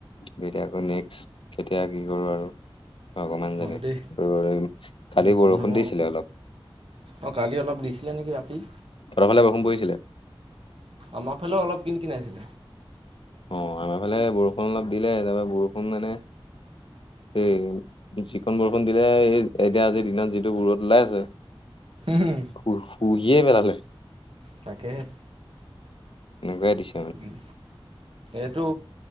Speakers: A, on the left; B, on the right.
A: তেতিয়া আকৌ নেক্স কেতিয়া কি কৰোঁ আৰু। ভগৱান জানে
B: হয় দেই
A: ৰ'দ কালি
B: মানুহ
A: বৰষুণ দিছিলে অলপ।
B: অ', কালি অলপ দিছিলে নেকি ৰাতি!
A: তঁহতৰ ফালে বৰষুণ পৰিছিলে?
B: আমাৰ ফালেও অলপ কিন কিনাইছে।
A: অ' আমাৰ ফালে বৰষুণ অলপ দিলে তাৰপৰা বৰষুণ মানে সেই যিকন বৰষুন দিলে এই এতিয়া আজিৰ দিনত যিটো ৰদ ওলাইছে।
B: হুম।
A: শু শুহিয়ে পেলালে।
B: তাকেহে।
A: এনেকুৱাই দিছ।
B: উম। এইটো